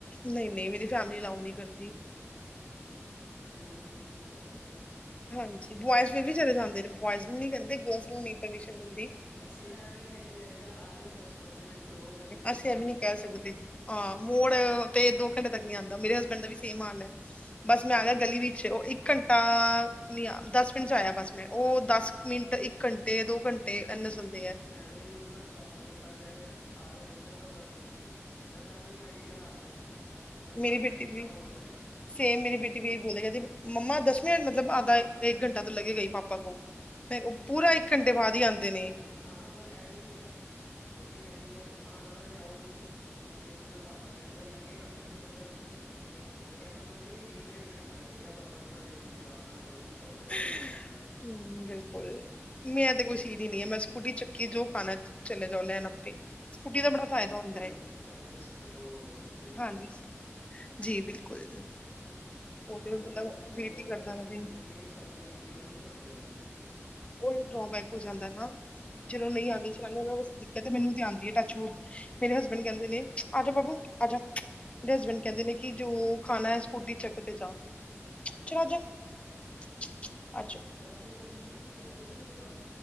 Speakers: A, on the left (about 25°); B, on the left (about 50°).
A: ਨਹੀਂ ਨਹੀਂ 'ਮੇਰੀ ਫੈਮਿਲੀ ਅਲਾਓ ਨਹੀਂ ਕਰਦੀ।
B: ਫੈਮਲੀ ਤਾਂ ਕਿਸੇ ਦੀ ਅਲਾਓ ਨੀ ਕਰਦੀ।
A: ਹਾਂਜੀ ਬੋਅਜ਼ ਫਿਰ ਵੀ ਚਲੇ ਜਾਂਦੇ ਨੇ ਬੋਅਜ਼ ਨੂੰ ਨਹੀਂ ਕਹਿੰਦੇ ਗਰ੍ਲ੍ਸ ਨੂੰ ਨਹੀਂ ਪਰਮੀਸ਼ਨ ਮਿਲਦੀ।
B: ਅਸੀਂ ਤਾਂ ਐਵੇਂ ਕਹਿ ਕੇ ਜਾਈਦਾ ਆ ਰਹੇ ਹਾਂ ਬਸ ਪੰਜ ਮਿੰਟ ਦੋ ਗਲੀ ਚ
A: ਅਸੀਂ
B: ਮੋੜ
A: ਇਹ ਵੀ
B: ਤੇ
A: ਨੀ
B: ਖੜੇ
A: ਕਹਿ ਸਕਦੇ।
B: ਆ ਬਸ।
A: ਹਾਂ ਮੋੜ ਤੇ ਦੋ ਘੰਟੇ ਤੱਕ ਨੀ ਆਉਂਦਾ ਮੇਰੇ ਹਸਬੈਂਡ ਬੈਂਡ ਦਾ ਵੀ ਸੇਮ ਹਾਲ ਹੈ ਬਸ
B: ਹਾਂ
A: ਮੈਂ ਆ ਗਿਆ ਗਲੀ ਵਿੱਚ ਉਹ ਇੱਕ ਘੰਟੇ ਟਾ ਨੀ ਦਸ ਮਿੰਟ ਚ ਆਇਆ ਬਸ ਮੈਂ। ਉਹ ਦਸ ਮਿੰਟ ਇੱਕ ਘੰਟੇ ਦੋ ਘੰਟੇ
B: ਹਾਂਜੀ-ਹਾਂਜੀ
A: ਇੰਨਾ ਚੱਲਦੇ ਹੈ।
B: ਐਵੇਂ ਹੀ ਮਤਲਬ ਪਾਪਾ ਕਈ ਵਾਰ ਕਹਿੰਦੇ ਆ ਨਾ ਆ ਗਿਆ ਪੁੱਤਰ ਬਸ ਦਸ ਮਿੰਟ ਚ ਮੈਂ ਪਹਿਲਾਂ ਹੀ ਆਈਡੀਆ ਲਾ ਕੇ ਦੇਖ ਲੈ ਜਾਂਦਾ। ਕਿ ਬਾਈ
A: ਮੇਰੀ
B: ਅੱਧਾ
A: ਬੇਟੀ
B: ਘੰਟਾ
A: ਵੀ
B: ਹੋਰ ਲੱਗਣਾ
A: ਸੇਮ ਮੇਰੀ ਬੇਟੀ ਵੀ ਇਹੀ ਬੋਲਦੇ ਕਹਿੰਦੀ ਮੰਮਾ ਦਸ ਮਿੰਟ ਮਤਲਬ ਆਧਾ ਏਕ ਘੰਟਾ ਤੋਂ ਲੱਗੇਗਾ ਹੀ ਪਾਪਾ ਕੋ। ਨਹੀਂ ਉਹ ਪੂਰਾ ਇੱਕ ਘੰਟੇ ਬਾਅਦ ਹੀ ਆਉਂਦੇ ਨੇ।
B: ਹਾਂ ਹਾਂ ਬਸ ਐਵੇਂ ਹੀ ਹੈ ਮੰਮੀ ਕਹਿੰਦੀ ਹੈ ਨਾ ਨਾ ਖਾਣ ਦਾ ਲਿਆਓ ਕੁੱਛ ਤੇ ਮਤਲਬ ਪਾਪਾ ਕਹਿੰਦੇ ਆ ਲੱਗੇਗਾ ਮੈਨੂੰ ਪੰਦਰਾਂ ਕੁ ਮਿੰਟ ਲੱਗਣਗੇ। ਮੈਂ ਕਹਿੰਦਾ ਮੰਮੀ ਇੱਕ ਡੇਢ ਘੰਟਾ ਲੱਗੇਗਾ ਪਾਪ ਨੂੰ ਹਜੇ ਤੁਸੀਂ ਆਰਾਮ ਨਾਲ ਰੋਟੀ। ਖਾਓ ਤੇ ਪਾਓ
A: ਹਮ
B: ਆਰਾਮ ਨਾਲ
A: ਬਿਲਕੁਲ ਮੈਂ
B: ਹਾਂਜੀ
A: ਤੇ ਕੁਛ ਹੀ ਨੀ ਆ ਮੈਂ ਸਕੂਟੀ ਚੱਕ ਕਿ ਜੋ ਖਾਣਾ ਚਲੇ ਜਾਓ ਲੈਣ ਆਪੇ। ਸਕੂਟੀ ਦਾ
B: ਸੈਲਫ
A: ਬੜਾ ਫਾਇਦਾ ਹੁੰਦਾ
B: ਮਤਲਬ
A: ਹੈ,
B: ਸੈਲਫ ਓ ਹੋ ਗਏ ਤੁਸੀਂ ਡਿਪੈਂਡ।
A: ਹਾਂਜੀ ਜੀ ਬਿਲਕੁਲ। ਉਹ
B: ਆਹ
A: ਤੇ ਮਤਲਬ
B: ਗੱਲ ਤਾਂ ਹੈਗੀ
A: ਵੇਟ ਹੀ
B: ਆ
A: ਕਰਦਾ
B: ਪਰ
A: ਰਹੇ,
B: ਮੰਮੀ ਨੂੰ ਸਾਡੀ ਐਕਟੀਵਾ ਨਹੀਂ ਚਲਾਉਣੀ ਆਉਂਦੀ।
A: ਉਹੀ ਡਰੋਬੈਕ ਹੋ ਜਾਂਦਾ ਨਾ ਜਦੋਂ
B: ਹਾਂਜੀ
A: ਨਹੀਂ ਆਉਂਦੀ ਚਲਾਉਨੀ ਉਹਨਾਂ ਵਾਸਤੇ ਕਹਿੰਦੇ ਮੈਨੂੰ ਤੇ ਆਉਂਦੀ ਟੱਚ ਵੁਡ ਮੇਰੇ ਹਸਬੈਂਡ ਕਹਿੰਦੇ ਨੇ 'ਆਜਾ ਬਾਬੂ ਆਜਾ'। ਮੇਰੇ ਹਸਬੈਂਡ ਕਹਿੰਦੇ ਨੇ ਕਿ ਜੋ ਖਾਣਾ ਹੈ ਸਕੂਟੀ ਚੱਕ ਤੇ ਜਾ ਚਲ ਆਜਾ। ਚੂ ਚੂ ਆਜਾ।
B: ਵੈਸੇ ਟਚਵੁਡ ਕਹਿੰਦੇ ਕੀ ਨੂੰ ਆ